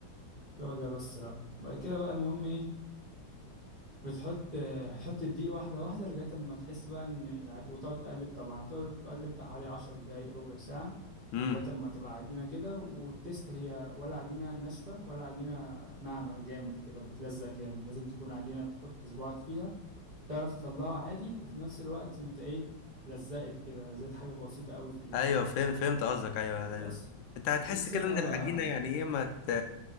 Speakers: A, on the right; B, on the left.
A: هو ده بس لا بعد كده بقى المهم ايه بتحط تحط الدقيق واحدة واحدة لغاية اما تحس بقى ان العج... وتقعد تقلب طبعا هتقعد تقلب بتاع حوالي عشر دقايق ربع ساعة
B: امم
A: ولغاية اما تبقى عجينة كده والتست هي ولا عجينة ناشفة ولا عجينة ناعمة جامد كده بتلزق جامد لازم تكون عجينة تحط صباعك فيها تعرف تطلعه عادي وفي نفس الوقت انت ايه لزقت كده لزقت حاجة بسيطة قوي في ايدك
B: ايوه فهمت فهمت قصدك ايوه
A: بس
B: انت هتحس
A: وتسيبها
B: كده ان
A: بقى
B: العجينه يعني ايه ما ت...